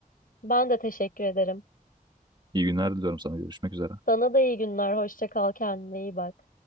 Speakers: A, on the left (about 75°); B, on the right (about 30°).
A: Ben de teşekkür ederim.
B: İyi günler diliyorum sana. Görüşmek üzere.
A: Sana da iyi günler. Hoşça kal. Kendine iyi bak.